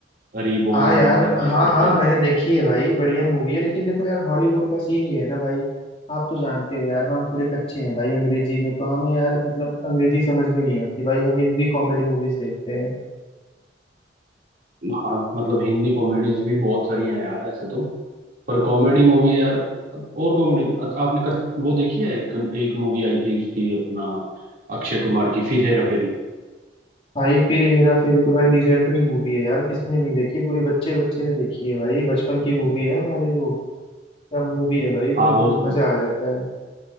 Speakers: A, on the right; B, on the left.
A: Reborn
B: हाँ यार
A: Johnny English
B: हाँ
A: करके
B: हाँ मैंने
A: हैं
B: देखी है भाई बढ़िया मूवी है लेकिन देखो यार हॉलीवुड का सीन ये है ना भाई आप तो जानते हो यार हम थोड़े कच्चे हैं भाई अंग्रेजी में तो हमें यार मतलब अंग्रेजी समझ में नहीं आती भाई हम हिंदी कॉमेडी मूवीज देखते हैं
A: हाँ मतलब हिंदी कॉमेडीज भी बहुत सारी हैं यार ऐसे तो पर कॉमेडी मूवी यार और कॉमेडी आपने कत, वो देखी है एक एक मूवी आई थी उसकी अपना अक्षय कुमार की फिर हेरा फेरी
B: भाई फिर हेरा फेरी तो भाई लीजेंडरी मूवी है यार किसने नहीं देखी पूरे बच्चे बच्चे ने देखी है भाई बचपन की मूवी है हमारे वो क्या मूवी है भाई वो
A: हाँ
B: एकदम
A: वो
B: मजा आ जाता है